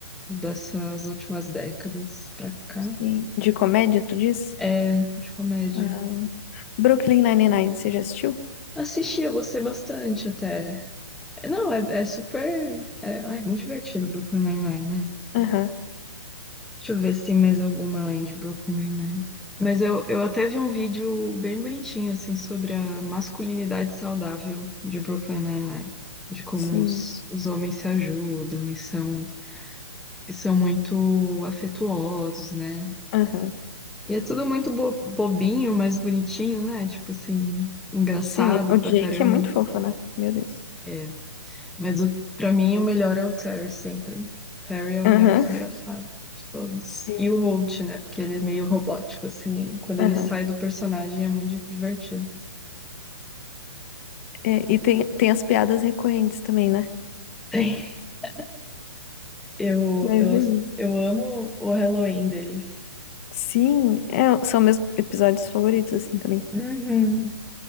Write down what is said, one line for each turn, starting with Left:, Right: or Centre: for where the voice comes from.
Centre: dessas últimas décadas pra cá.
Left: Sim. De comédia, tu diz?
Centre: É, de comédia.
Left: Ah, Brooklyn Nine-Nine, você já assistiu?
Centre: Assisti, eu gostei bastante até. É, Não, é, é super. É, ai, muito divertido Brooklyn Nine-Nine, né?
Left: Aham.
Centre: Deixa eu ver se tem mais alguma além de Brooklyn Nine-Nine. Mas eu, eu até vi um vídeo bem bonitinho, assim, sobre a masculinidade saudável de Brooklyn Nine-Nine. De como
Left: Sim.
Centre: os, os homens se ajudam e são, e são muito afetuosos, né?
Left: Aham.
Centre: E é tudo muito bo- bobinho, mas bonitinho, né? Tipo assim, engraçado
Left: Sim, o
Centre: pra
Left: Jake
Centre: caramba.
Left: é muito fofo, né? Meu Deus.
Centre: É, Mas o, pra mim o melhor é o Terry sempre. Terry é o
Left: Aham.
Centre: mais engraçado de todos.
Left: Sim.
Centre: E o Holt, né? Porque ele é meio robótico, assim. E quando
Left: Aham.
Centre: ele sai do personagem é muito di- divertido. <laughs>
Left: É, e tem, tem as piadas recorrentes também, né?
Centre: <sighs> Eu,
Left: Mas
Centre: eu,
Left: é isso.
Centre: eu amo o Halloween deles.
Left: Sim, é, são meus episódios favoritos, assim, também.
Centre: Uhum.